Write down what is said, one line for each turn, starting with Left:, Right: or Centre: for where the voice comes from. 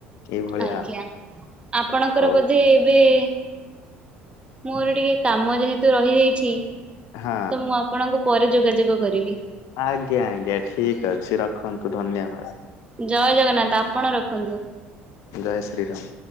Left: ଏଇ ଭଳିଆ
Right: ଆଜ୍ଞା
Left: ଆଉ।
Right: ଆପଣଙ୍କର
Left: ହଉ
Right: ବୋଧେ ବ୍ ଏ ମୋର ଟିକେ କାମ ଯେହେତୁ ରହିଯାଇଛି ତ
Left: ହଁ।
Right: ମୁଁ ଆପଣଙ୍କୁ ପରେ ଯୋଗାଯୋଗ କରିବି।
Left: ଆଜ୍ଞା ଆଜ୍ଞା ଠିକ ଅଛି ରଖନ୍ତୁ ଧନ୍ୟବାଦ।
Right: ଜୟ ଜଗନ୍ନାଥ ଆପଣ ରଖନ୍ତୁ।
Left: ଜୟ ଶ୍ରୀ ରାମ।